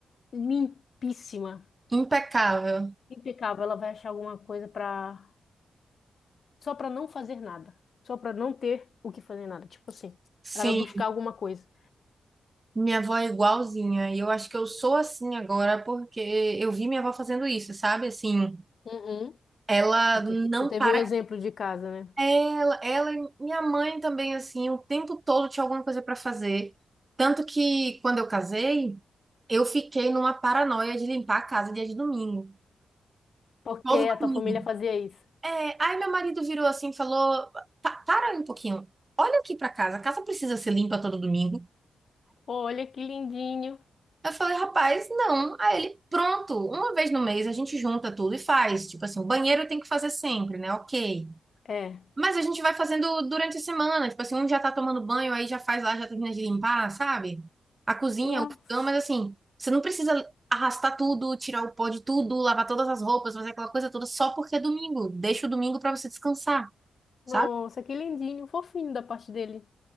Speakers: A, on the left (about 55°); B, on the right (about 25°).
A: limpíssima,
B: impecável.
A: impecável. Ela vai achar alguma coisa para só para não fazer nada, só para não ter o que fazer nada. Tipo assim,
B: Sim,
A: ela vai buscar alguma coisa.
B: minha avó é igualzinha. E eu acho que eu sou assim agora porque eu vi minha avó fazendo isso, sabe? Assim,
A: Uhum.
B: ela não
A: Tu, tu teve
B: para.
A: o exemplo de casa, né?
B: Ela, ela e minha mãe também, assim, o tempo todo tinha alguma coisa pra fazer. Tanto que quando eu casei. Eu fiquei numa paranoia de limpar a casa dia de domingo.
A: Porque
B: Todo
A: a
B: domingo.
A: tua família fazia isso.
B: É, aí meu marido virou assim e falou: "Pa- Para aí um pouquinho. Olha aqui pra casa. A casa precisa ser limpa todo domingo.
A: Olha que lindinho.
B: Eu falei, rapaz, não. Aí ele, pronto, uma vez no mês a gente junta tudo e faz. Tipo assim, o banheiro tem que fazer sempre, né? Ok.
A: É.
B: Mas a gente vai fazendo durante a semana. Tipo assim, um já tá tomando banho, aí já faz lá, já termina de limpar, sabe? A cozinha,
A: Nossa,
B: o fogão, mas assim, você não precisa arrastar tudo, tirar o pó de tudo, lavar todas as roupas, fazer aquela coisa toda só porque é domingo. Deixa o domingo pra você descansar,
A: nossa,
B: sabe?
A: que lindinho, fofinho da parte dele.